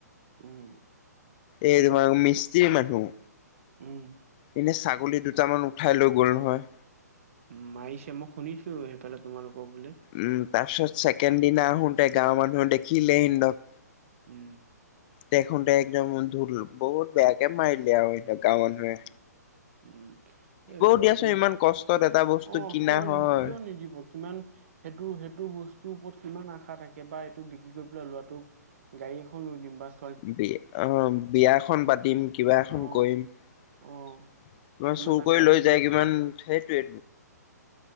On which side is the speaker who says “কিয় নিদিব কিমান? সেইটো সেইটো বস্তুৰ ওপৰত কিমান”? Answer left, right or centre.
Right